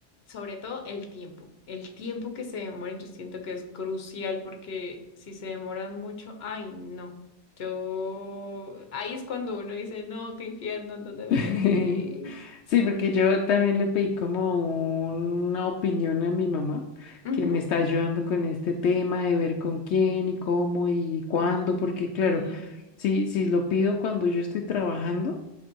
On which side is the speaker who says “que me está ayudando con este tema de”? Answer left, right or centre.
Left